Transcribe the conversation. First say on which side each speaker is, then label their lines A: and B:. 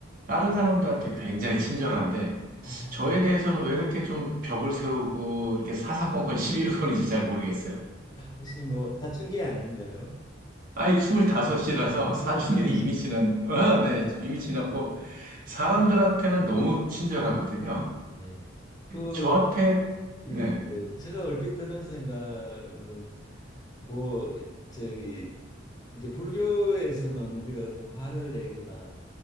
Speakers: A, on the right; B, on the left.
A: 다른 사람들한테 굉장히 친절한데,
B: 어,
A: 저에 대해서는 왜 이렇게 좀 벽을 세우고, 이렇게 사사건건 시비를 거는지 잘 모르겠어요.
B: 혹시 뭐 사춘기 아닌가요?
A: 아이, 25이라서
B: 아,
A: 사춘기는
B: 스물다섯.
A: 이미 지난, 어, 네,
B: 아,
A: 이미 지났고, 사람들한테는 너무 친절하거든요.
B: 네, 네. 그
A: 저한테, 네,
B: 예, 예. 제가 얼핏 드는 생각은 뭐 저기 이제 불교에서는 우리가 어떤 화를 내거나